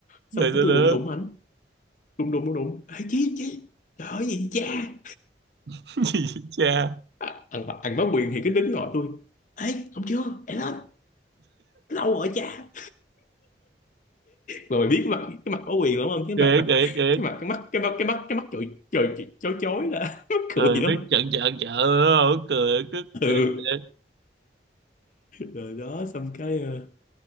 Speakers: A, on the left; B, on the right.
A: xong
B: rồi đó
A: cái tôi
B: đó
A: đụng đụng ảnh đụng đụng đụng đụng ê chị chị trời ơi gì cha
B: <laughs> gì vậy cha
A: à, ăn ăn bá quyền thì cái đứng gọi tôi ê không chưa để lên lâu rồi cha mà mày biết cái mặt cái mặt bá quyền đúng không cái
B: kể
A: mặt
B: kể kể
A: cái mặt cái mắt cái mắt cái mắt cái mắt trời trời chói chói là <laughs> mắc
B: ừ,
A: cười lắm
B: nó chợn chợn chợn ừ, cười cứ
A: ừ
B: cười, cười.
A: rồi đó xong cái ờ,